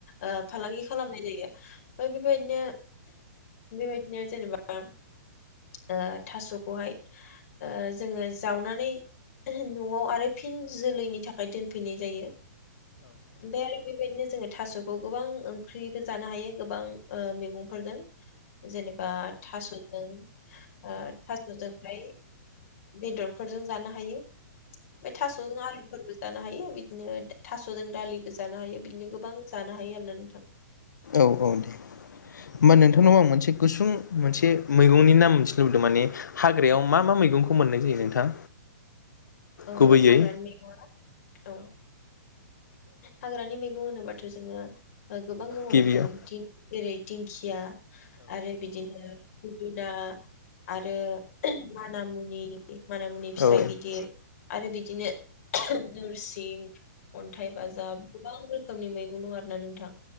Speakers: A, on the left; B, on the left.
A: ओ फालांगि खालामनाय जायो ओमफ्राय बेफोरबायदिनो बेबायदिनो जेनेबा ओ थास'खौहाय जोङो जावनानै नआव आरो फिन जोलैनि थाखाय दोनफैनाय जायो। बेबायदिनो जोङो थास'खौ गोबां ओंख्रिबो जानो हायो गोबां ओ मैगंफोरजों जेनेबा थास'जों ओ थास'जोंहाय बेदरफोरजों जानो हायो। ओमफफ्राय थास'जों आलुफोरबो जानो हायो। बिदिनो थास'जों दालिबो जानो हायो बिदिनो गोबां जानो हायो आरोना नोंथां।
B: औ औ दे होमबा नोंथांनाव
A: औ
B: आं मोनसे गुसुं मोनसे मैगंनि नाम मोनथिनो लुबैदों माने हाग्रायाव मा मा मैगंखौ मोननाय जायो नोंथां?
A: औ
B: गुबैयै
A: हाग्रानि मैगङा ना औ हाग्रानि मैगं होनोबाथ' जोङो गोबां दङ
B: गिबियाव
A: नोंथांनि दिन जेरै दिंखिया आरो बिदिनो <inaudible> ना आरो मानामुनि मानामुनि
B: औ-औ-औ-औ-औ-औ-औ-औ-औ-औ-औ-औ-औ-औ
A: फिसा गिदिर आरो बिदिनो नोरसिं अन्थाइ बाजाब गोबां रोखोमनि मैगं दं आरो ना नोंथां